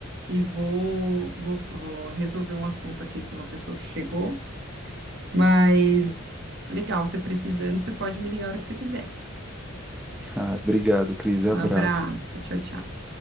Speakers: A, on the right; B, in the centre.
A: e vou, vou, vou resolver um assunto aqui com uma pessoa que chegou. Mas legal, você precisando, você pode me ligar a hora que você quiser.
B: Ah, obrigado, Cris. Abraço.
A: Um abraço, tchau, tchau.